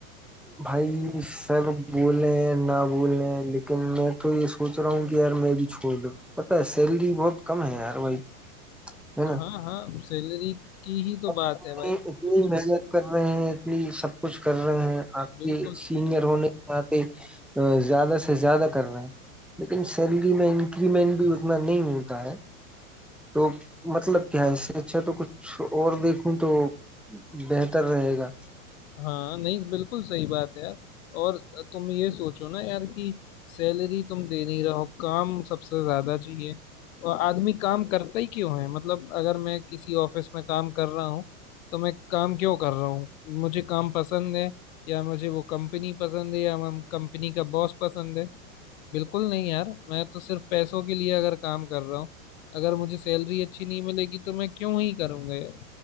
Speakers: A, in the centre; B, on the left (about 60°).
A: भाई सर बोल रहे हैं ना बोल रहे हैं लेकिन मैं तो ये सोच रहा हूँ कि यार मैं भी छोड़ दूँ पता है सैलरी बहुत कम है यार भाई है
B: हाँ
A: ना
B: हाँ सैलरी की ही तो
A: अब
B: बात
A: इतनी
B: है भाई
A: इतनी मेहनत कर रहे हैं इतनी सब कुछ कर रहे हैं आपके
B: बिल्कुल
A: सीनियर होने के नाते अ, ज्यादा से ज्यादा कर रहे हैं लेकिन सैलरी में इंक्रीमेंट भी उतना नहीं होता है तो मतलब क्या है इससे अच्छा तो कुछ और देखूं तो बेहतर रहेगा
B: हाँ नहीं बिल्कुल सही बात है यार और तुम ये सोचो ना यार कि सैलरी तुम दे नहीं रहो काम सबसे ज्यादा चाहिए और आदमी काम करता ही क्यों है मतलब अगर मैं किसी ऑफिस में काम कर रहा हूँ तो मैं काम क्यों कर रहा हूँ मुझे काम पसंद है या मुझे वो कंपनी पसंद है या हम कंपनी का बॉस पसंद है बिल्कुल नहीं यार मैं तो सिर्फ पैसों के लिए अगर काम कर रहा हूँ अगर मुझे सैलरी अच्छी नहीं मिलेगी तो मैं क्यों ही करूंगा यार